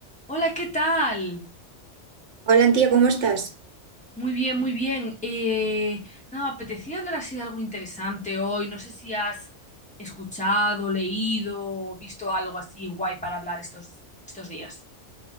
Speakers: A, in the centre; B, on the right.
A: Hola, ¿qué tal?
B: Hola, tía, ¿cómo estás?
A: Muy bien, muy bien. Eh, nada, me apetecía hablar así de algo interesante hoy. No sé si has escuchado, leído o visto algo así guay para hablar estos, estos días.